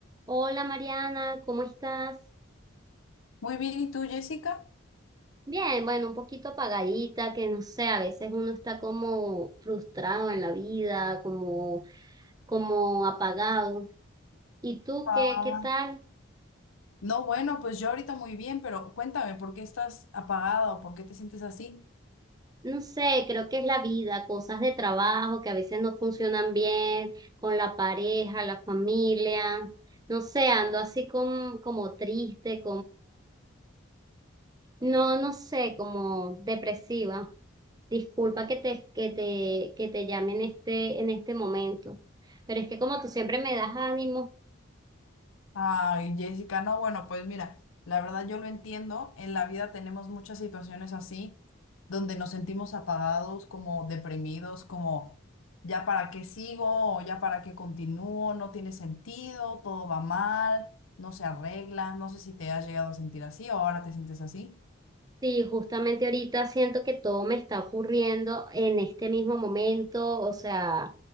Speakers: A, on the right; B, on the left.
A: Hola Mariana, ¿cómo estás?
B: Muy bien, ¿y tú, Jessica?
A: Bien, bueno, un poquito apagadita, que no sé, a veces uno está como frustrado en la vida, como, como apagado. ¿Y tú
B: Ah,
A: qué, qué tal?
B: No, bueno, pues yo ahorita muy bien, pero cuéntame, ¿por qué estás apagada o por qué te sientes así?
A: No sé, creo que es la vida, cosas de trabajo que a veces no funcionan bien, con la pareja, la familia. No sé, ando así como, como triste, No, no sé, como depresiva. Disculpa que te, que te, que te llame en este, en este momento, pero es que como tú siempre me das ánimo,
B: Ay, Jessica, no, bueno, pues mira, la verdad yo lo entiendo, en la vida tenemos muchas situaciones así, donde nos sentimos apagados, como deprimidos, como ya para qué sigo o ya para qué continúo, no tiene sentido, todo va mal, no se arregla, no sé si te has llegado a sentir así o ahora te sientes así.
A: sí, justamente ahorita siento que todo me está ocurriendo en este mismo momento, o sea,